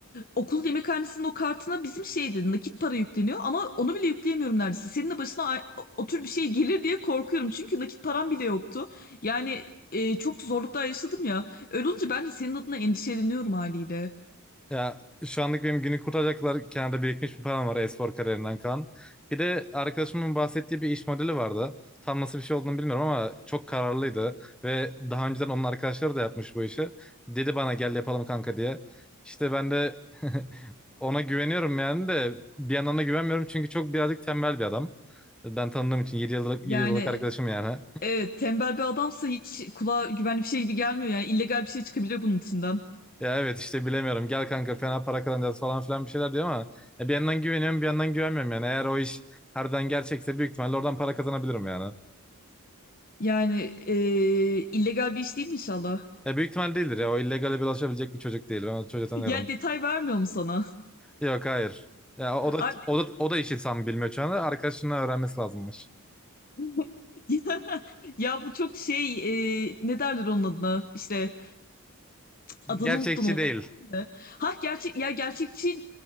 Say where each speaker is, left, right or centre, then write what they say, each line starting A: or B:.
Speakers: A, on the left (about 40°); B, in the centre.
A: okul yemekhanesinin o kartına bizim şeydi nakit para yükleniyor ama onu bile yükleyemiyorum neredeyse. Senin de başına a- o tür bir şey gelir diye korkuyorum. Çünkü nakit param bile yoktu. Yani e, çok zorluklar yaşadım ya. Öyle olunca ben de senin adına endişeleniyorum haliyle.
B: Ya şu anlık benim günü kurtaracaklar kenarda birikmiş bir param var e-spor kariyerinden kalan. Bir de arkadaşımın bahsettiği bir iş modeli vardı. Tam nasıl bir şey olduğunu bilmiyorum ama çok kararlıydı. Ve daha önceden onun arkadaşları da yapmış bu işi. Dedi bana gel yapalım kanka diye. İşte ben de <laughs> ona güveniyorum yani de bir yandan da güvenmiyorum çünkü çok birazcık tembel bir adam. Ben tanıdığım için 7 yıllık,
A: Yani
B: 7 yıllık arkadaşım yani.
A: evet tembel bir adamsa hiç kulağa güvenli bir şey gibi gelmiyor. Yani illegal bir şey çıkabilir bunun içinden.
B: Ya evet işte bilemiyorum. Gel kanka fena para kazanacağız falan filan bir şeyler diyor ama ya bir yandan güveniyorum bir yandan güvenmiyorum yani. Eğer o iş harbiden gerçekse büyük ihtimalle oradan para kazanabilirim yani.
A: Yani eee, illegal bir iş değil inşallah. <laughs>
B: Ya büyük ihtimal değildir ya. O illegale bulaşabilecek bir çocuk değil. Ben o çocuğu tanıyorum.
A: Ya detay vermiyor mu sana?
B: Yok hayır. Ya o da
A: Abi
B: o da o da işi tam bilmiyor şu anda. Arkadaşının öğrenmesi lazımmış.
A: <laughs> ya, ya bu çok şey eee, ne derler onun adına? İşte adını
B: Gerçekçi
A: unuttum. <laughs> o.
B: değil.
A: Ha gerçek ya gerçekçi